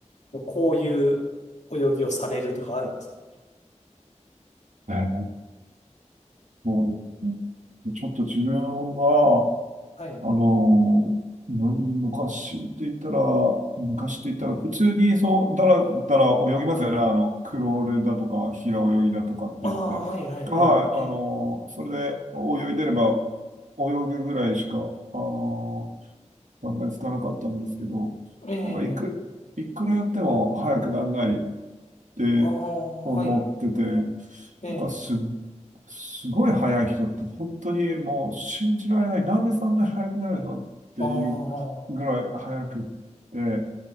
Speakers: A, on the left; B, on the right.
A: もうこういう泳ぎをされるとかあるんですか
B: えーうんちょっと自分は、
A: はい。
B: あの、む昔って言ったら、昔って言ったら、普通にそう、だらだら泳ぎますよね。あの、クロールだとか、平泳ぎだとかって言って。
A: ああ、はい、はい、
B: はい、
A: はい。
B: あの、
A: ええ、
B: それで泳いでれば、泳ぐぐらいしか、あの、考えつかなかったんですけど、
A: え
B: なんかいく、
A: え、
B: いくらやっても早くならないって
A: ああ、
B: 思ってて、
A: はい。ええ、
B: なんかす、すごい速い人って本当にもう信じられない。なんでそんなに速くなるのっていうぐらい速くって、
A: ああ、